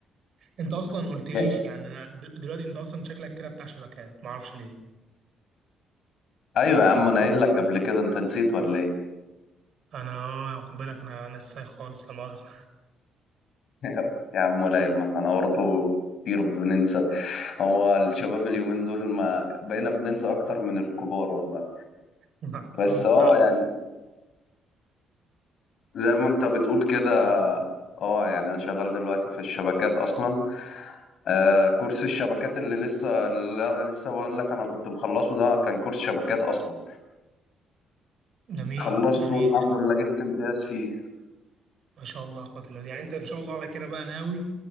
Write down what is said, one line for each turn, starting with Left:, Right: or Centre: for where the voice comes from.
Right: انت اصلا قلتليش
Left: يا-
Right: يعني انا د- دلوقتي انت اصلا شكلك كده بتاع شبكات ما اعرفش ليه
Left: ايوه يا عم انا قايل لك قبل كده انت نسيت ولا ايه
Right: انا اه خد بالك انا انا ساي خالص لا مؤاخذه
Left: <laughs> يا عم ولا يهمك انا برضه كتير بننسى هو الشباب اليومين دول ما بقينا بننسى اكتر من الكبار والله
Right: <laughs>
Left: بس
Right: المستعقل
Left: اه يعني زي ما انت بتقول كده اه يعني انا شغال دلوقتي في الشبكات اصلا آه كورس الشبكات اللي لسه اللي انا لسه بقول لك انا كنت مخلصه ده كان كورس شبكات اصلا
Right: جميل
Left: خلصته
Right: جميل
Left: الحمد لله جبت امتياز فيه
Right: ما شاء الله يا اخوات الله يعني انت ان شاء الله على كده بقى ناوي